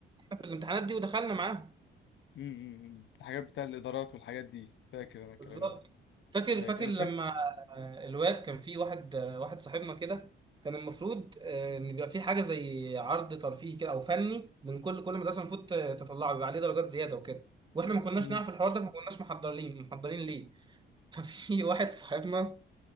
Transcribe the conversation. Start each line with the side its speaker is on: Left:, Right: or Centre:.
Right: في الامتحانات دي ودخلنا معاهم
Left: امم الحاجات بتاع الادارات والحاجات دي فاكر انا الكلام
Right: بالظبط
Left: ده
Right: فاكر
Left: فاكر
Right: فاكر
Left: انا
Right: لما
Left: فاكر
Right: آه، الواد كان في واحد آه، واحد صاحبنا كده كان المفروض آه، ان يبقى في حاجه زي عرض ترفيهي كده او فني من كل كل مدرسه المفروض ت- تطلعه بيبقى عليه درجات زياده وكده واحنا ما كناش
Left: امم
Right: نعرف الحوار ده فما كناش محضرين محضرين ليه <laughs> ففي واحد صاحبنا